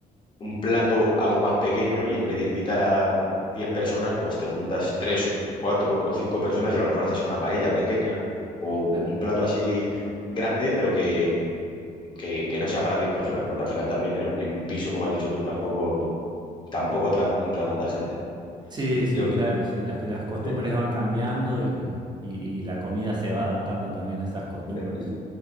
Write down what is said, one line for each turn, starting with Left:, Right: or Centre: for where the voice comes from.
Left: un plato algo más pequeño y en vez de invitar a 10 personas, pues te juntas tres 4 o 5 personas y a lo mejor haces una paella pequeña o
Right: claro.
Left: un plato así grande, pero que, que- que no sea para 10 personas, porque al final también en, lo- en un piso, como has dicho tú, tampoco, tampoco tra- entra tanta gente.
Right: Sí,
Left: Y
Right: sí,
Left: lo que,
Right: claro, sí, las, las costumbres
Left: le-
Right: van cambiando
Left: le-
Right: y, y- y la comida se va adaptando también a esas costumbres.
Left: le-